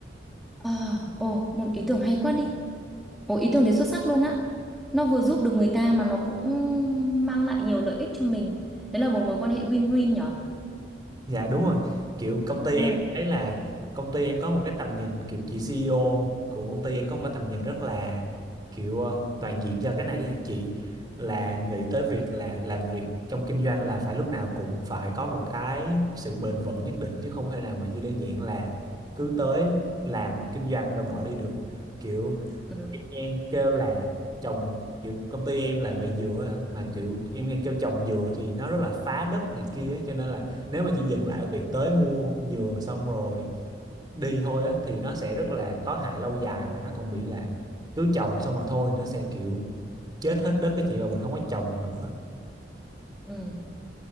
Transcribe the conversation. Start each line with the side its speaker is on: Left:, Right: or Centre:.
Centre: Ờ, ồ, một ý tưởng hay quá đi. Ồ, ý tưởng đấy xuất sắc luôn á. Nó vừa giúp được người ta mà nó cũng mang lại nhiều lợi ích cho mình. Đấy là một mối quan hệ win-win nhở?
Right: Dạ đúng rồi. Kiểu công ty
Centre: Ừ.
Right: em thấy là công ty em có một cái tầm nhìn kiểu chị CEO của công ty em có một cái tầm nhìn rất là kiểu ờ, toàn diện cho cái này à chị là nghĩ tới việc là làm việc trong kinh doanh là phải lúc nào cũng phải có một cái sự bền vững nhất định chứ không thể nào mà chỉ đơn giản là cứ tới làm kinh doanh rồi bỏ đi được. Kiểu
Centre: Ừ.
Right: Em kêu là trồng kiểu công ty em là về dừa á, mà kiểu em nghe kêu trồng dừa thì nó rất là phá đất này kia á, cho nên là nếu mà chỉ dừng lại ở việc tới mua dừa xong rồi đi thôi á thì nó sẽ rất là có hại lâu dài và nó còn bị là cứ trồng xong mà thôi nó sẽ kiểu chết hết đất cái chị và mình không có trồng được nữa
Centre: Ừ.